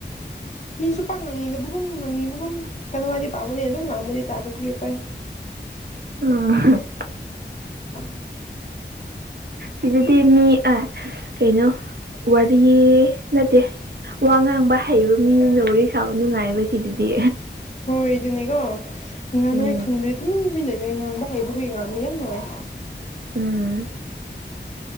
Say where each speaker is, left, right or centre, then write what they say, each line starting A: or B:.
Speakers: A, on the left (about 40°); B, on the right (about 60°).
A: ꯃꯤꯁꯨ ꯄꯪꯉꯪꯤꯗꯕꯕꯨꯒꯨꯝ ꯉꯪꯉꯤꯕꯒꯨꯝ ꯀꯩꯅꯣꯋꯥꯏꯗꯤ ꯄꯥꯝꯃꯅꯤ ꯑꯗꯨꯝ ꯉꯥꯡꯕꯗꯤ ꯇꯥꯕ ꯀ꯭ꯔꯤ ꯎꯄꯥꯏ
B: ꯑ
A: ꯊ
B: ꯁꯤꯗꯗꯤ ꯃꯤ ꯑ ꯀꯩꯅꯣ ꯋꯥꯔꯤ ꯅꯠꯇꯦ ꯋꯥ ꯉꯥꯡꯕ ꯍꯩꯕ ꯃꯤꯁꯤꯡꯗ ꯋꯥꯔꯤ ꯁꯥꯕ ꯅꯨꯡꯉꯥꯏꯑꯕ ꯁꯤꯗꯗꯤ
A: ꯍꯣꯏ ꯑꯗꯨꯅꯦꯀꯣ ꯉꯥꯡꯅꯉꯥꯏ
B: ꯎꯝ
A: ꯈꯪꯗ꯭ꯔꯗꯤ ꯑꯗꯨꯝꯃꯤꯟꯅꯩꯗ ꯉꯥꯡꯕ ꯍꯩꯕ ꯍꯏ ꯉꯥꯡꯕ ꯌꯥꯝ ꯅꯨꯡꯉꯥꯏ
B: ꯎꯝ